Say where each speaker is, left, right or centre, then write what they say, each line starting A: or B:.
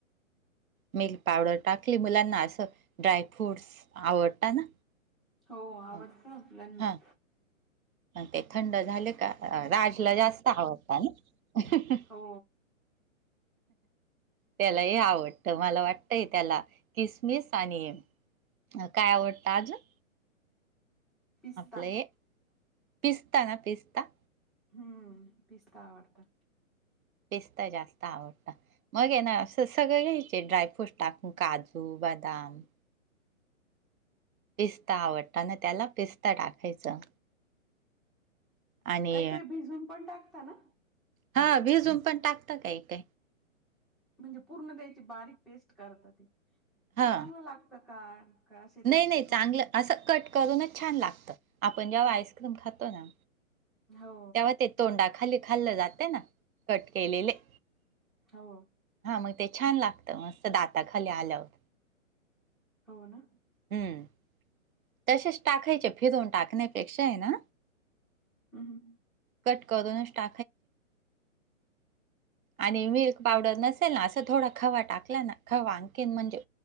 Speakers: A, on the right; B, in the centre.
A: मिल्क पावडर टाकली मुलांना असं ड्राय फ्रूट्स आवडत ना,
B: हो आवडतं
A: मग
B: मुलांना
A: हां ते थंड झाले का. जास्त आवडता ना.
B: हो
A: त्याला हे आवडतं मला वाटतंय त्याला किसमिस आणि काय आवडतं आजून?
B: पिस्ता
A: आपलं हे पिस्ता ना पिस्ता
B: हम्म पिस्ता आवडता
A: पिस्त जास्त आवडत मग ये ना अस सगळे घ्यायचे ड्रायफ्रूट टाकून काजू बदाम पिस्ता आवडता ना त्याला पिस्ता टाकायचं आणि
B: काही काही भिजून पण टाकता ना
A: हा भिजवून पण टाकत काही काय
B: म्हणजे पूर्ण त्याची बारीक पेस्ट करतात
A: हा
B: ते चांगलं लागतं का? का असे
A: नाही
B: ते
A: नाही चांगलं
B: थोडीशी
A: असं कट करूनच छान लागतं आपण जेव्हा आईस्क्रीम खातो ना?
B: हो
A: तेव्हा ते तोंडा खाली खाल्लं जाते ना कट केलेले
B: हो
A: हा मग ते छान लागतं मस्त दाताखाली आल्यावर
B: हो ना,
A: हम्म. तसेच टाकायचे फिरवून टाकण्यापेक्षा आहे ना
B: हम्म
A: कट करूनच. टा आणि मिल्क पावडर नसेल ना अस थोडा खवा टाकला ना खवा आणखीन म्हणजे